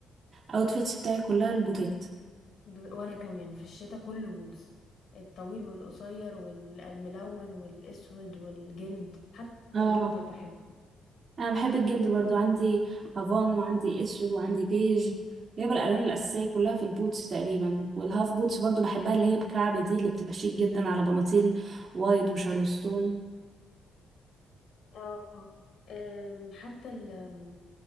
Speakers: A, on the right (about 45°); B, on the left (about 70°).
A: الاوتفيتس بتاعي كلها البوتات
B: ب- وانا كمان في الشتاء كله بوتس الطويل والقصير والملون والاسود والجلد حتى
A: اه
B: الجلد بحبه
A: انا بحب الجلد برضو عندي هافان وعندي اسود وعندي بيج جايبه الالوان الاساسيه كلها في البوتس تقريبا والهاف بوتس برضو بحبها اللي هي بكعب دي اللي بتبقى شيك جدا على بناطيل وايد وشارلستون
B: اه أم، حتى ال أم،